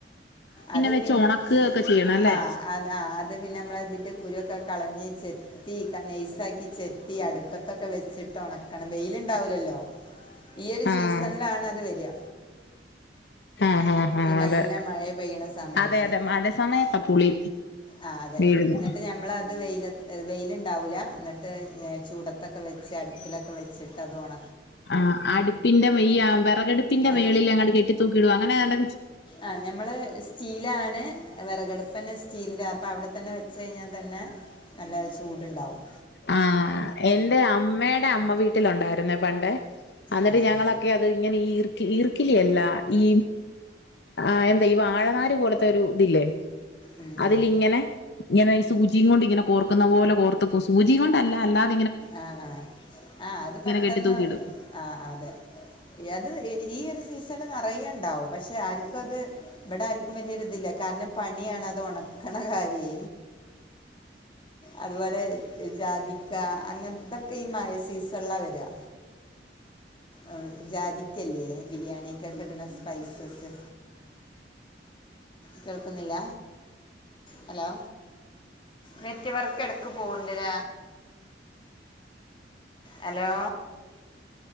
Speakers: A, on the left (about 30°); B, on the left (about 65°).
A: അത്
B: വെച്ച്
A: പിന്നെ
B: ഒണക്കുക ഒക്കെ ചെയ്യണം അല്ലേ
A: ആ ആ അത് പിന്നെ നമ്മളതിന്റെ കുരുവൊക്കെ കളഞ്ഞ് ചെത്തി നൈസാക്കി ചെത്തി അടുപ്പത്തൊക്കെ വെച്ചിട്ട് ഉണക്കണം വെയിലുണ്ടാവൂലല്ലോ ഈയൊരു
B: ആഹ്
A: സീസണിലാണ് അത് വരിക
B: ആ ആ ആ
A: ഈ നല്ല
B: അതെ
A: മഴ പെയ്യണ സമയത്ത്
B: അതെ അതെ മഴ സമയത്താ പുളി
A: ആ അതെ
B: വീഴുന്നെ
A: എന്നിട്ട് ഞമ്മൾ അത് വെയി- വെയിലുണ്ടാവൂല്ല എന്നിട്ട് ചൂടത്തൊക്കെ വെച്ച് അടുപ്പിലൊക്കെ വെച്ചിട്ട് അത് ഒണ
B: ആ് അടുപ്പിന്റെ ഈ വിറകടുപ്പിന്റെ
A: ആ
B: മേളിൽ എങ്ങണ്ട് കെട്ടി തൂക്കിടുും അങ്ങനെ ഏതാ
A: ആ ഞമ്മള് സ്റ്റീലാണ് വിറകട പ്പന്നെ സ്റ്റീലിൻ്റെ അപ്പം അവിടെത്തന്നെ വെച്ച കഴിഞ്ഞാൽ തന്നെ നല്ല ചൂടുണ്ടാാവും
B: ആ എന്റെ അമ്മെടെ അമ്മ വീട്ടിലൊണ്ടാരുന്നേ പണ്ടെ ആന്നിട്ട്
A: ആ
B: ഞങ്ങളൊക്കെ
A: ആ ആ
B: അത് ഇങ്ങനെ ഈർക്ക് ഈർ ല്ല ഈ ആ എന്താ ഈ വാഴനാ <unintelligible> ഒരു ഇതില്ലേ
A: ഉം,
B: അതിൽങ്ങനെ
A: ഉം.
B: ഇങ്ങനെ സൂചിയും കൊണ്ട് ഇങ്ങനെ കോർക്കുന്ന പോലെ കോർത്ത് സൂചീം കൊണ്ടല്ല അല്ലാത്
A: ആഹ് ആഹ് ആഹ് അത് പെട്ടെന്ന്
B: കെട്ടി തൂക്കിയിടും
A: ആഹ് അതെ അത് ഈ ഈയൊരു സീസണില് നിറയെണ്ടാവും പക്ഷെ ആരിക്കും അത് ഇവിടെ ആരിക്കും വലിയൊരിതില്ല കാരണം പണിയാണ് അത് ഒണക്കണ കാര്യേ അതുപോലെ ജാതിക്കാ അങ്ങനത്തൊക്കെ ഈ മയ സീസണിലാ വരുവാ ഉം ജാതിക്കല്ലേ ബിരിയാണിക്കൊക്ക ഇടണ സ്പൈസസ് കേൾക്കുന്നില്ല ഹലോ നെറ്റ്‌വർക്ക് ഇടക്ക് പോവണ്ടല്ല ഹലോ